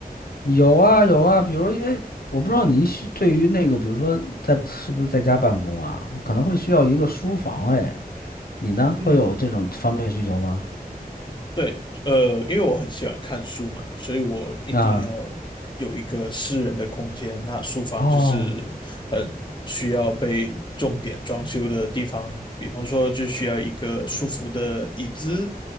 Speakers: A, on the left (about 75°); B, on the left (about 30°).
A: 有啊有啊，比如因为我不知道你需对于那个，比如说在是不是在家办公啊，我可能会需要一个书房。哎，你呢，
B: 嗯，
A: 会有这种方面的需求吗？
B: 对，呃，因为我很喜欢看书嘛，所以我一定要
A: 啊，
B: 有一个私人的空间。那书房就是很需要被重点装修的地方，
A: 哦，
B: 比方说就需要一个舒服的椅子，